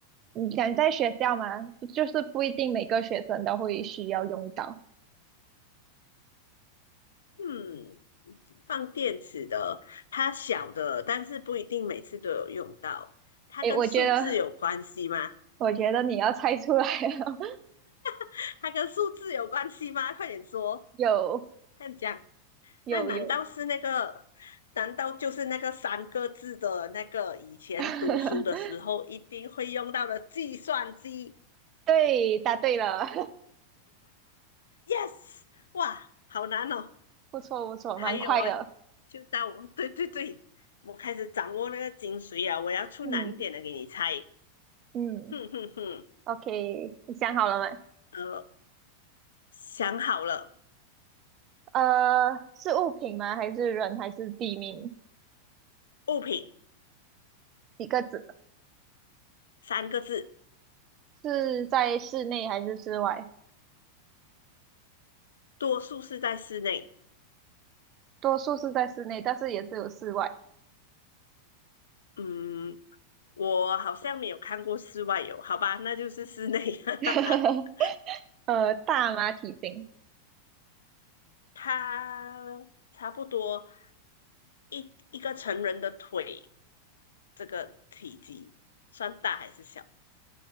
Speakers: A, on the right; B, on the left.
A: 你想在学校吗？就是不一定每个学生都会需要用到。
B: 嗯，放电池的，它小的，但是不一定每次都有用到。它跟数字有关系吗？
A: 诶，我觉得，我觉得你要猜出来了，
B: <laughs> 它跟数字有关系吗？快点说，
A: <laughs> 有
B: 快点讲。
A: 有有，
B: 那难道是那个？难道就是那个三个字的那个以前读书的时候一定会用到的计算机
A: <laughs> 对，答对了，
B: ？Yes，哇，好难哦。
A: <laughs> 不错不错，
B: 还有哎，
A: 蛮快的。
B: 就到我，对对对，我开始掌握那个精髓啊！我要出难点的给你猜，
A: 嗯嗯
B: 哼哼哼，
A: ，OK，你想好了吗？
B: 呃，想好了，
A: 呃，是物品吗？还是人？还是地名？
B: 物品
A: 几个字？
B: 三个字，
A: 是在室内还是室外？
B: 多数是在室内。
A: 多数是在室内，但是也是有室外。
B: 嗯，我好像没有看过室外有，好吧，那就是室内。<laughs>
A: <laughs> 呃，大吗？体型？
B: 它差不多一一个成人的腿这个体积，算大还是小？